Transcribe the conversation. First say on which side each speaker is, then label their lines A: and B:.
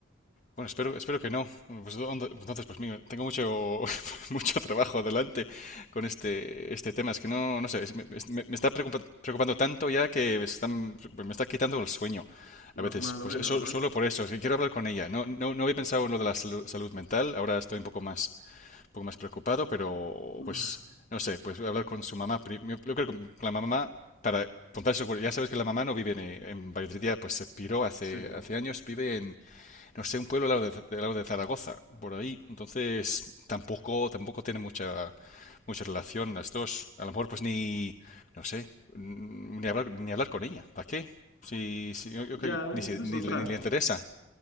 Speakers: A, on the left; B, on the left.
A: Bueno, espero, espero que no. Pues, ¿dónde- entonces, pues mira, tengo mucho, <laughs> mucho trabajo adelante con este, este tema. Es que no, no sé, es- me, es- me- me está preocupa- preocupando tanto ya que me están- me está quitando el sueño a
B: Normal,
A: veces. Pues
B: hombre,
A: eso-
B: normal.
A: solo por eso, es que quiero hablar con ella. No, no, no había pensado en lo de la salu- salud mental. Ahora estoy un poco más, un poco más preocupado, pero
B: <sighs> Ma-
A: pues no sé, pues hablar con su mamá. pri- Yo yo creo que con la mamá, para contarse, ya sabes que la mamá no vive en, en Valladolid, ya, pues se piró hace,
B: Sí.
A: hace años, vive en no sé, un pueblo al lado de, al lado de Zaragoza, por ahí. Entonces, tampoco, tampoco tiene mucha, mucha relación las dos. A lo mejor, pues ni, no sé, n- ni hablar, ni hablar con ella. ¿Para qué? Si, si- yo, yo
B: Ya,
A: creo que ni,
B: esa
A: se-
B: es
A: ni,
B: otra.
A: le ni le interesa,